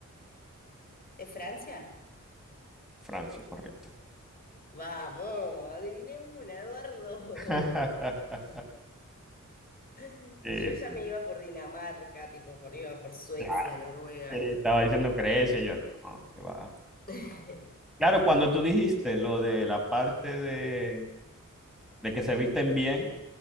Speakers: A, on the left (about 30°); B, in the centre.
A: ¿Es Francia?
B: Francia, correcto.
A: Vamos, adiviné una, Eduardo.
B: <laughs>
A: <laughs>
B: Sí,
A: Yo ya
B: sí.
A: me iba por Dinamarca, tipo, por iba por Suecia,
B: Ya,
A: Noruega.
B: sí, Estaba diciendo Grecia, yo no, que va.
A: <laughs>
B: Claro, cuando tú dijiste lo de la parte de, de que se visten bien,